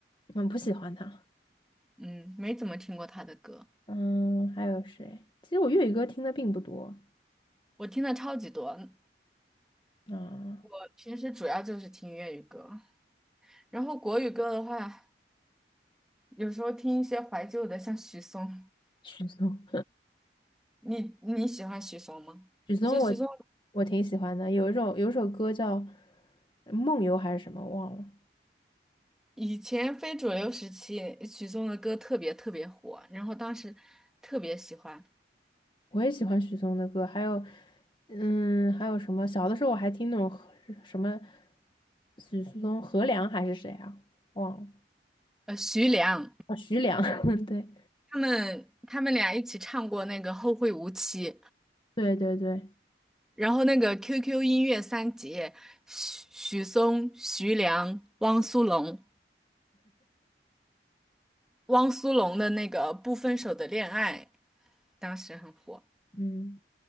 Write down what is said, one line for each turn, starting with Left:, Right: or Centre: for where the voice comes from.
Left: 我不喜欢他。
Centre: 嗯，没怎么听过他的歌，
Left: 嗯，还有谁？其实我粤语歌听的并不多。
Centre: 我听的超级多。
Left: 啊。
Centre: 我平时主要就是听粤语歌，然后国语歌的话，有时候听一些怀旧的，像许嵩。
Left: 许嵩，
Centre: 你你喜欢许嵩吗？
Left: <laughs> 许嵩我
Centre: 我觉得许嵩
Left: 我挺喜欢的，有一首有一首歌叫呃梦游》还是什么忘了。
Centre: 以前非主流时期，许嵩的歌特别特别火，然后当时特别喜欢。
Left: 我也喜欢许嵩的歌，还有嗯，还有什么？小的时候我还听那种和什么许嵩、何良还是谁啊？忘了
Centre: 呃，徐良
Left: 啊，徐良。<laughs> 对
Centre: 他们他们俩一起唱过那个《后会无期》，
Left: 对对对，
Centre: 然后那个 QQ 音乐三杰，许许嵩、徐良、汪苏泷，汪苏泷的那个《不分手的恋爱》。当时很火。
Left: 嗯，